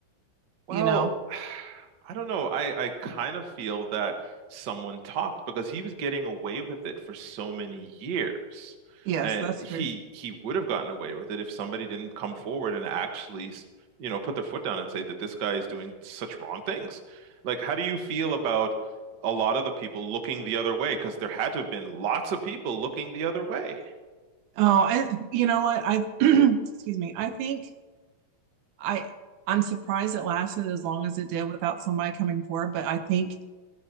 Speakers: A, on the right; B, on the right.
A: Well,
B: you know?
A: <sighs> I don't know. I, I kind of feel that someone talked because he was getting away with it for so many years.
B: Yes,
A: And
B: that's
A: he
B: true.
A: he would have gotten away with it if somebody didn't come forward and actually, you know, put their foot down and say that this guy is doing such wrong things. Like, how do you feel about a lot of the people looking the other way? Because there had to have been lots of people looking the other way.
B: Oh, I, you know what? I, <clears throat> excuse me. I think I, I'm surprised it lasted as long as it did without somebody coming forward, but I think